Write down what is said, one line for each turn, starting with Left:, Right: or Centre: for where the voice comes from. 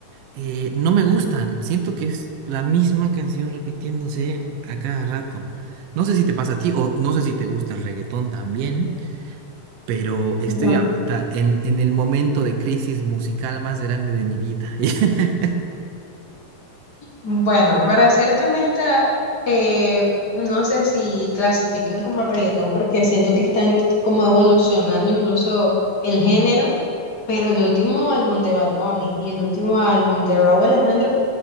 Right: eh, no me gustan. Siento que es la misma canción repitiéndose a cada rato. No sé si te pasa a ti o no sé si te gusta el reggaetón también, pero estoy
Left: Ya.
Right: ahorita en, en el momento de crisis musical más grande de mi vida. <laughs>
Left: Bueno, para serte honesta, eh, no sé si clasifiquen como reggaetón porque siento que están como evolucionando incluso el género, pero el último álbum de Bad Bunny y el último álbum de Rauw Alejandro